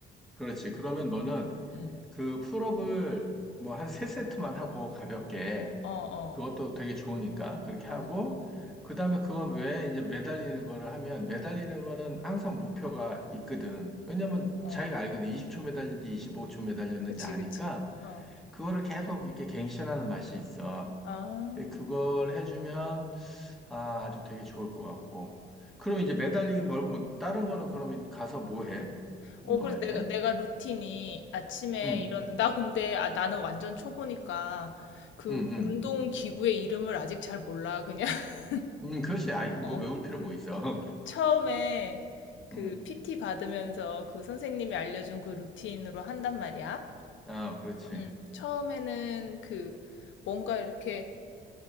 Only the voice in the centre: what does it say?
그렇지. 그러면 너는
그 풀업을 뭐 한 세세트만 하고 가볍게
그것도 되게 좋으니까 그렇게
하고
그 다음에 그거 외에 이제 매달리는 거를 하면 매달리는 거는 항상 목표가 있거든. 왜냐면
자기가 알거든. 20초 매달린지 25초 매달렸는지
아니까
그거를 계속 이렇게 갱신하는 맛이 있어.
그걸 해주면 아, 아주 되게 좋을 것 같고. 그럼 이제 매달리기 말고 뭐 다른 거는 그러면 가서 뭐 해? 운동할
때?
응,
응, 응.
응, 그렇지. 아 이, 거
뭐 외울 필요 뭐 있어.
<laughs>
응,
아, 그렇지.